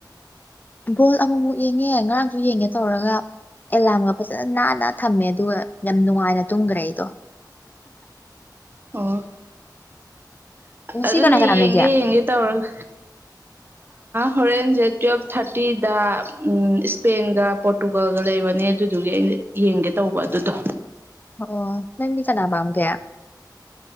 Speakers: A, on the left; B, on the right.
A: ꯕꯣꯜ ꯑꯃꯨꯛꯃꯨꯛ ꯌꯦꯡꯉꯦ ꯉꯔꯥꯡꯁꯨ ꯌꯦꯡꯉꯦ ꯇꯧꯔꯒ ꯑꯦꯂꯥꯔꯝꯒ ꯐꯖꯅ ꯅꯥꯟꯅ ꯊꯝꯃꯦ ꯑꯗꯨꯒ ꯌꯥꯝ ꯅꯨꯡꯉꯥꯏꯅ ꯇꯨꯝꯈ꯭ꯔꯦ ꯑꯩꯗꯣ
B: ꯑꯣ
A: ꯉꯁꯤ
B: ꯑꯗꯨꯅꯦ
A: ꯀꯅꯥ ꯀꯅꯥ
B: ꯌꯦꯡꯒꯦ
A: ꯂꯩꯒꯦ
B: ꯌꯦꯡꯒꯦ ꯇꯧꯔꯒ ꯍꯣꯔꯦꯟꯁꯦ ꯇꯨꯋꯦꯜꯐ ꯊꯥꯔꯇꯤꯗ ꯎꯝ ꯏꯁꯄꯦꯟꯒ ꯄꯣꯔꯇꯨꯒꯜꯒ ꯂꯩꯕꯅꯦ ꯑꯗꯨ ꯑꯗꯨꯗꯨꯒꯤ ꯑꯩꯅ ꯌꯦꯡꯒꯦ ꯇꯧꯕ ꯑꯗꯨꯗꯣ
A: ꯑꯣ ꯅꯗꯤ ꯀꯅꯥꯃꯝꯒꯌꯥ